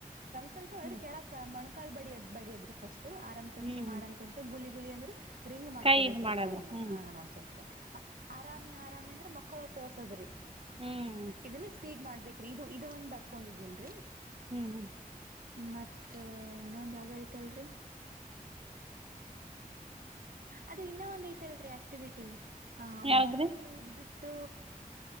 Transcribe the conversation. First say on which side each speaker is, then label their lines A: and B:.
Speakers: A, on the right (about 75°); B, on the right (about 40°).
A: ಸ್ವಲ್ಪ ಅದ್ರ
B: ಹ್ಮ್
A: ಕೇಳಾ ಅಕ್ಕ ಕಾಲ್ ಬಡಿಯದ ಬಡಿಯದ್ರಿ ಫಸ್ಟ್ ಆರಾಮ್ ಸಮ್ಸಂ
B: ಹ್ಮ್
A: ಆರಾಮ್ ಸಮ್ಸಂ ಗೂ ಲಿ ಗುಲಿ ಅಂದ್ರೆ ರಿಂಗ್ ಮಾಡ್ಕೋಬೇಕು
B: ಕೈ ಇದ್ ಮಾಡದ
A: ರೀ ಕೈನ
B: ಹ್ಮ್
A: ಆರಾ ಮ್ಸ ಆರಾಮಿ ಆರಾಮಿ ಅಂದ್ರೆ ಮಕ್ಕಳು ತೋರ್ಸದ್ರಿ
B: ಹ್ಮ್
A: ಇದನ್ನ ಸ್ಪೀಡ್ ಮಾಡ್ಬೇಕು ಇದು ಇದದು ಒಂದ್ ಬರ್ಕೊಂಡಿದೀನ್ರೀ
B: ಹ್ಮ್ ಹ್ಮ್
A: ಮತ್ ಇನ್ನೊಂದ ಯಾವ್ದ ಐತಲ್ರಿ ಅದು ಇನ್ನ ಒಂದ್ ಐತಿಲ್ರರಿ ಆಕ್ಟಿವಿಟಿ ಹ
B: ಯಾವದ್ರಿ
A: ಬಲೂನ್ ಉದ್ಬಿಟ್ಟ